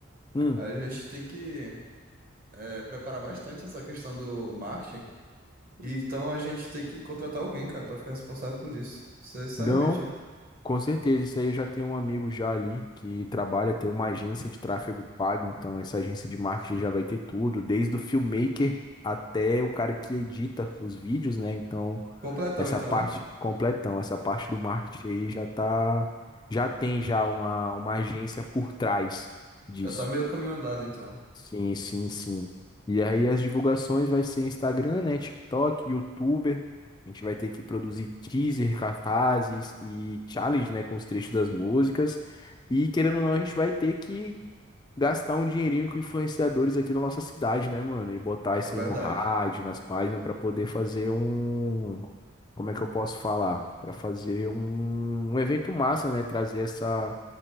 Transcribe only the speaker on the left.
Hum,
não.
Com certeza, isso aí eu já tenho um amigo já ali que trabalha, tem uma agência de tráfego pago, então essa agência de marketing já vai ter tudo, desde o filmmaker até o cara que edita os vídeos, né? Então,
essa
parte
completão, essa parte do marketing aí já tá, já tem já uma, uma agência por trás disso.
Sim, sim, sim. E aí as divulgações vai ser Instagram, né, TikTok, YouTuber. A gente vai ter que produzir teaser, cartazes e challenge, né, com os trechos das músicas. E querendo ou não, a gente vai ter que gastar um dinheirinho com influenciadores aqui da nossa cidade, né, mano? E botar isso
aí
no rádio, nas páginas, para poder fazer um... Como é que eu posso falar? Para fazer um... um evento massa, né? Trazer essa,